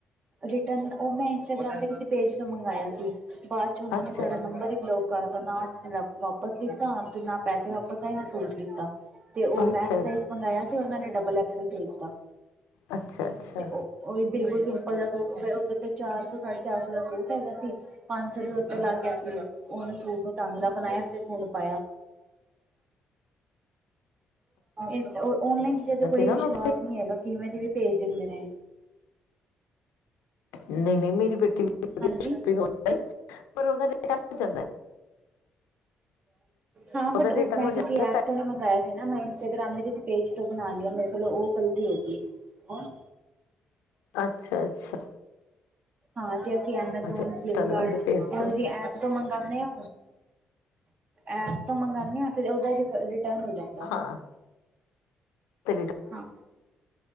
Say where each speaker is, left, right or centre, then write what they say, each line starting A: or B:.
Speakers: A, on the right (about 45°); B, on the left (about 85°).
A: ਰਿਟਰਨ ਉਹ ਮੈਂ ਇੰਸਟਾਗ੍ਰਾਮ ਤੇ ਕਿਸੇ ਪੇਜ ਤੋਂ ਮੰਗਿਆ ਸੀ ਬਾਅਦ ਚ ਉਹਨਾ
B: ਅੱਛਾ
A: ਨੇ ਸਾਡਾ ਨੰਬਰ ਹੀ ਬਲੋਕ ਘਰ ਦਾ ਨਾ ਉਹਨਾਂ ਨੇ ਵਾਪਸ ਕੀਤਾ, 'ਤੇ ਨਾ ਪੈਸੇ ਵਾਪਸ ਆਏ, ਨਾ ਸੂਟ ਲਿੱਤਾ। ਤੇ ਉਹ
B: ਅੱਛਾ
A: ਮੈ ਐਕਸਲ ਸਾਈਜ਼ ਮੰਗਾਇਆ, ਤੇ ਉਹਨਾਂ ਨੇ ਡਬਲ ਐਕਸਲ ਭੇਜਤਾ।
B: ਅੱਛਾ ਅੱਛਾ
A: ਤੇ ਉਹ ਉਹੀ ਬਿਲਕੁਲ ਸਿੰਪਲ ਜਿਹਾ ਸੂਟ। ਫਿਰ ਉਹਦੇ ਤੇ ਚਾਰ ਸੌ ਸਾਢੇ ਚਾਰ ਸੌ ਦਾ ਕੋਟ ਹੈਗਾ ਸੀ। ਪੰਜ ਸੌ ਰੁਪਏ ਉਤੇ ਲੱਗ ਗਿਆ ਸੀ। ਉਹਨੇ ਸੂਟ ਕੁਛ ਢੰਗ ਦਾ ਬਣਾਇਆ, ਫਿਰ ਹੁਣ ਪਾਇਆ।
B: ਹ <inaudible>
A: ਇਸ ਓਨਲਾਈਨ ਚੀਜ਼ਾਂ ਤੇ ਕੋਈ
B: ਨਾ ਉਹਨੂੰ
A: ਵਿਸ਼ਵਾਸ ਨਹੀਂ ਹੈਗਾ। ਕਿਵੇਂ ਦੀ ਵੀ ਭੇਜ ਦਿੰਦੇ ਨੇ।
B: ਨਹੀਂ ਨਹੀਂ, ਮੇਰੀ ਬੇਟੀ ਵੀ ਖਰੀਦਦੀ
A: ਹਾਂਜੀ
B: ਆ ਕੱਪੜੇ ਆਨਲਾਈਨ, ਪਰ ਉਹਦਾ ਤੇ ਕਾਫ਼ੀ ਚਲਦਾ।
A: ਹਾਂ, ਬੱਟ
B: ਰਿਟਰਨ
A: ਉਹ ਮੈਂ
B: ਹੋ ਜਾਂਦਾ
A: ਕਿਸੇ ਐਪ ਥੋੜ੍ਹਾ ਮੰਗਇਆ ਸੀ ਨਾ। ਮੈਂ ਇੰਸਟਾਗ੍ਰਾਮ ਦੇ ਪੇਜ ਤੋਂ ਬਣਾ ਲਿਆ। ਮੇਰੇ ਕੋਲੋਂ ਉਹ ਗਲਤੀ ਹੋ ਗਈ। ਕੌਣ
B: ਅੱਛਾ-ਅੱਛਾ।
A: ਹਾਂ, ਜੀ ਅਸੀਂ ਐਮਾਜੋਨ,
B: ਅੱਛਾ ਇੰਸਟਾਗ੍ਰਾਮ
A: ਫਲਿਪਕਾਰਟ,
B: ਤੇ ਭੇਜ
A: ਐਹੋ
B: ਦੋ
A: ਜਿਹੀ ਐਪ ਤੋਂ ਮੰਗਾਨੇ ਓ? ਐਪ ਤੋਂ ਮੰਗਾਨੇ ਆ। ਫਿਰ ਉਹਦਾ ਇਹ ਰਿਜ਼ਲਟ, ਰਿਟਰਨ ਹੋ ਜਾਂਦਾ,
B: ਹਾਂ ਤੇ ਰਿਟਰਨ
A: ਹਾਂ